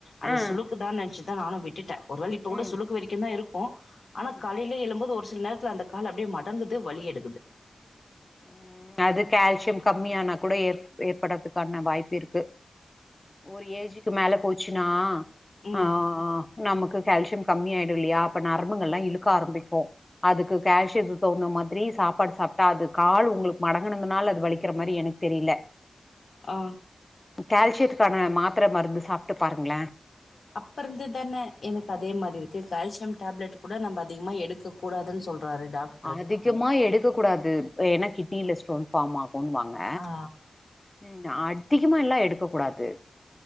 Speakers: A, on the left; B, on the left.
A: அது
B: ஆ
A: சுழுக்கு தான் நனச்சி தான் நானும் விட்டுட்டேன் ஒருவேல இப்போ கூட
B: ம்
A: சுழுக்கு வரைக்கும் தான் இருக்கும் ஆனா
B: ம்
A: காலையில எழும்போது ஒரு சில நேரத்தில அந்த கால் அப்டியே மடங்குது வழி எடுக்குது
B: ம் அது கேல்சியம் கம்மியானா கூட ஏற் ஏற்படுறதுக்கான வாய்ப்பு இருக்கு ஒரு ஏஜ்க்கு மேல போச்சுன்னா
A: ம்
B: ஆ நமக்கு கேல்சியம் கம்மி ஆயிடும் இல்லையா அப்ப நரம்புங்கலாம் இழுக்க ஆரம்பிக்கும் அதுக்கு கேல்சியத்துக்கு தவுந்தா மாதிரி சாப்பாடு சாப்ட்டா அது கால் உங்களுக்கு மடங்குனதுனால அது வலிக்கிற மாரி எனக்கு தெரில
A: ஆ
B: கேல்சியத்துக்கான மாத்தர மருந்து சாப்ட்டு பாருங்களேன்
A: அப்ப இருந்து தான எனக்கு அதே மாதிரி இருக்கு கேல்சியம் டேப்லெட் கூட நம்ப அதிகமா எடுக்க கூடாதுன்னு சொல்றாரு டாக்
B: அதிகமா எடுக்க கூடாது ஏனா கிட்னியில ஸ்டோன் ஃபார்ம் ஆகும்ன்னுவாங்க
A: ஆ
B: உம் அதிகமாலா எடுக்க கூடாது